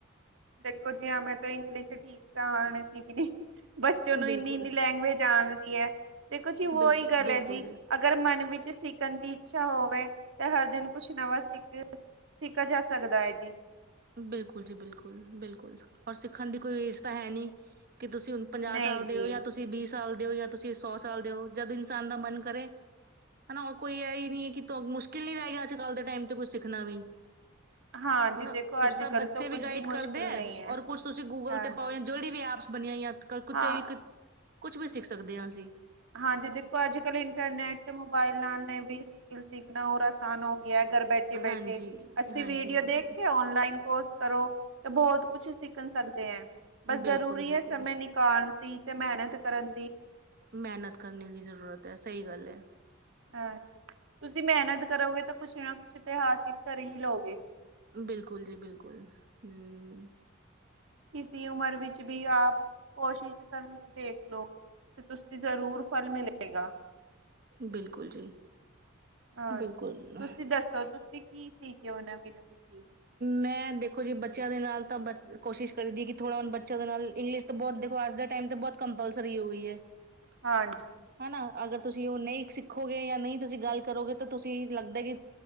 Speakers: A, on the right; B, on the right.
A: ਦੇਖੋ ਜੀ ਮੈਂ ਤੋਂ ਇੰਗਲਿਸ਼ ਠੀਕ ਸ ਆਣਦੀ ਵੀ ਨਹੀਂ <unintelligible> ਬੱਚੇ ਨੂੰ
B: ਬਿਲਕੁਲ,
A: ਇੰਨੀ ਇੰਨੀ ਲੈਂਗੁਏਜ ਆਣਦੀ ਹੈ। ਦੇਖੋ ਜੀ ਉਹੀ
B: ਬਿਲਕੁਲ,
A: ਗੱਲ
B: ਬਿਲਕੁਲ
A: ਹੈ ਜੀ। ਅਗਰ ਮਨ ਵਿੱਚ ਸਿੱਖਣ ਦੀ ਇੱਛਾ ਹੋਵੇ। ਤੇ ਹਰ ਦਿਨ ਕੁਛ ਨਵਾਂ ਸਿੱਖੇ। ਸਿੱਖਾ ਜਾ ਸਕਦਾ ਹੈ ਜੀ।
B: ਬਿਲਕੁਲ ਜੀ ਬਿਲਕੁਲ ਬਿਲਕੁਲ, ਔਰ ਸਿੱਖਣ ਦੀ ਕੋਈ ਏਜ ਤਾਂ ਹੈ ਨਹੀਂ, ਕਿ ਤੁਸੀਂ ਹੁਣ ਪੰਜ
A: ਨਹੀਂ
B: ਸਾਲ
A: ਜੀ
B: ਦੇ ਹੋ, ਯਾ ਤੁਸੀਂ ਵੀਹ ਸਾਲ ਦੇ ਹੋ, ਯਾ ਤੁਸੀਂ ਸੋ ਸਾਲ ਦੇ ਹੋ, ਜਦ ਇਨਸਾਨ ਦਾ ਮਨ ਕਰੇ ਹਨਾ, ਕੋਈ ਇਹਹੀ ਨੀ ਕਿ ਤੁਹਾਨੂੰ ਮੁਸ਼ਕਿਲ ਨਹੀਂੀ ਰਹਿਗੀ। ਅੱਜ ਕੱਲ੍ਹ ਦੇ ਟਾਈਮ ਤੇ ਕੁਛ ਸਿੱਖਣਾ ਵੀ।
A: ਹਾਂ
B: ਹਨਾ
A: ਜੀ ਦੇਖੋ
B: ਕੁਛ
A: ਅੱਜ
B: ਤਾਂ ਬੱਚੇ
A: ਕੱਲ ਤੋਂ ਕੁੱਝ
B: ਵੀ ਗਾਈਡ
A: ਮੁਸ਼ਕਿਲ
B: ਕਰਦੇ ਐ,
A: ਨਹੀਂ ਹੈ
B: ਔਰ ਕੁਛ ਤੁਸੀਂ ਗੂਗਲ
A: ਹਾਂ
B: ਤੇ ਪਾਓ ਜਾਂ ਜਿਹੜੀ ਵੀ ਐਪਸ ਬਣੀਆਂ ਹਈਆਂ ਐ। ਕੁੱਤੇ
A: ਹਾਂ
B: ਵੀ ਕੁ ਕੁੱਛ ਵੀ ਸਿੱਖ ਸਕਦੇ ਆ ਅਸੀਂ।
A: ਹਾਂਜੀ ਦੇਖੋ ਅੱਜ ਕੱਲ੍ਹ ਇੰਟਰਨੈਟ ਤੇ ਮੋਬਾਇਲ ਨਾਲ ਨੇ ਵੀ ਸਕਿਲ ਸਿੱਖਣਾ ਓਰ ਆਸਾਨ ਹੋ ਗਿਐ ਘਰ ਬੈਠੇ ਕੇ
B: ਹਾਂਜੀ
A: ਬੈਠੇ ਅਸੀ
B: ਹਾਂਜੀ
A: ਵੀਡੀਓ
B: ਹਾਂਜੀ
A: ਦੇਖ ਕੇ ਔਨਲਾਈਨ ਕੋਰਸ ਕਰੋ ਤੇ ਬੋਤ ਕੁਛ ਸਿੱਖਣ ਸਕਦੇ ਐ ਬਸ
B: ਬਿਲਕੁਲ
A: ਜ਼ਰੂਰੀ
B: ਬਿਲਕੁਲ
A: ਆ ਸਮੇਂ ਨਿ ਕਾਣ ਦੀ ਤੇ ਮਿਹਨਤ ਕਰਨ ਦੀ
B: ਮਿਹਨਤ ਕਰਨ ਦੀ ਜ਼ਰੂਰਤ ਐ ਸਈ ਗੱਲ ਐ।
A: ਹਾਂ ਤੁਸੀਂ ਮਿਹਨਤ ਕਰੋਗੇ ਤਾਂ ਕੁੱਛ ਨਾ ਕੁੱਛ ਤੇ ਹਾਸਿਲ ਕਰ ਹੀ ਲਓਗੇ।
B: ਬਿਲਕੁੱਲ ਜੀ ਬਿਲਕੁੱਲ ਹੂੰ।
A: ਕਿਸਈ ਉਮਰ ਵਿੱਚ ਵੀ ਆਪ ਕੋਸ਼ਿਸ਼ ਕਰ ਦੇਖ ਲੋ। ਤੇ ਤੁਸੀਂ ਜ਼ਰੂਰ ਫਲ ਮਿਲੇਗਾ।
B: ਬਿਲਕੁੱਲ ਜੀ
A: ਹਾਂਜੀ
B: ਬਿਲਕੁੱਲ।
A: ਤੁਸੀਂ ਦੱਸੋ ਤੁਸੀਂ ਕੀ ਸੀਗੀ ਓ ਨਵੀਂ-ਨਵੀਂ ਚੀਜ਼?
B: ਮੈਂ ਦੇਖੋ ਜੀ ਬੱਚਿਆਂ ਦੇ ਨਾਲ ਤਾਂ ਬ ਕੋਸ਼ਿਸ਼ ਕਰਦੀ ਕਿ ਥੋੜਾ ਹੁਣ ਬੱਚਿਆਂ ਦੇ ਨਾਲ ਇੰਗਲਿਸ਼ ਤ ਬੋਤ ਦੇਖੋ ਅੱਜ ਦੇ ਟਾਈਮ ਤੇ ਬੋਤ ਕੰਪਲਸਰੀ ਹੋ ਗਈ ਐ।
A: ਹਾਂਜੀ।
B: ਹਨਾ ਅਗਰ ਤੁਸੀਂ ਓ ਨਹੀਂ ਸਿੱਖੋਗੇ ਜਾਂ ਨਈ ਤੁਸੀਂ ਗੱਲ ਕਰੋਗੇ ਤਾਂ ਤੁਸੀਂ ਲੱਗਦਾ ਕੀ